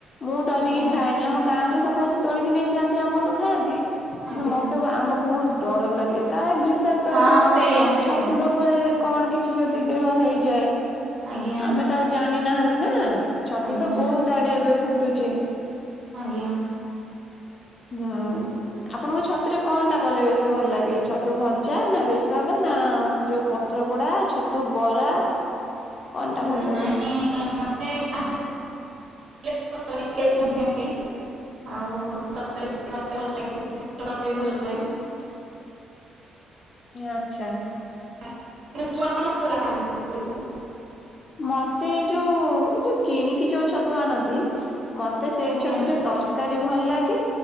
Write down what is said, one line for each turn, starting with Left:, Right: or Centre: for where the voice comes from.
Left: ମୁଁ ଡରିକି
Right: ଆଜ୍ଞା
Left: ଖାଏନି। ଆମ ଗାଁରୁ ସବୁ ଆସି ତୋଳିକି ନେଇଯାଆନ୍ତି, ଆମଠୁ ଖାଆନ୍ତି। କିନ୍ତୁ
Right: ଆଜ୍ଞା
Left: ମତେ ଆମକୁ ବହୁତ ଡର ଲାଗେ କାଳେ ବିସ କ୍ତ
Right: ହଁ
Left: ହେଇଥିବ
Right: ସେଇଆ ସେଇଆ
Left: ଛତୁ ଲୋଭରେ କଣ କିଛି ଯଦି ଦେହ ହେଇଯାଏ?
Right: ଆଜ୍ଞା
Left: ଆମେ ତ ଆଉ ଜାଣି ନାହାନ୍ତି ନା? ଛତୁ
Right: ଆଜ୍ଞା
Left: ତ ବହୁତ ଆଡେ ଏବେ ଫୁଟୁଛି।
Right: ଆଜ୍ଞା।
Left: ହୁଁ ଆପଣଙ୍କୁ ଛତୁରେ କଣ ଟା କଲେ ବେଶୀ ଭଲ ଲାଗେ? ଛତୁ ଭଜା ନା ବେସର ନା ଯୋଉ ପତ୍ର ପୋଡା, ଛତୁ ବରା କଣ ଟା ଭଲ
Right: ନାଇଁ
Left: ଲାଗେ?
Right: <inaudible> ଆଉ <inaudible> ତରକାରୀ ଭଲ ଲାଗେ?
Left: ଆଚ୍ଛା ।
Right: <unintelligible>
Left: ମତେ ଏଇ ଯୋଉ ଯୋଉ କିଣିକି ଯୋଉ ଛତୁ ଆଣନ୍ତି? ମତେ ସେଇ
Right: ଆଜ୍ଞା
Left: ଛତୁରେ ତରକାରୀ ଭଲ ଲାଗେ।